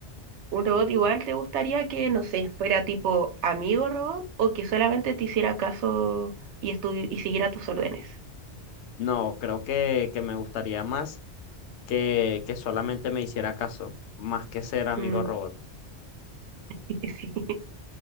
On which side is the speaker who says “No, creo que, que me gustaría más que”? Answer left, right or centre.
Left